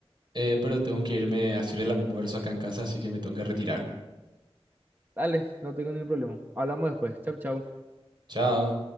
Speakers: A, on the right; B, on the right.
A: eh, pero tengo que irme a hacer el almuerzo acá en casa, así que me tengo que retirar.
B: Dale, no tengo ningún problema. Hablamos después. Chau, chau.
A: Chao.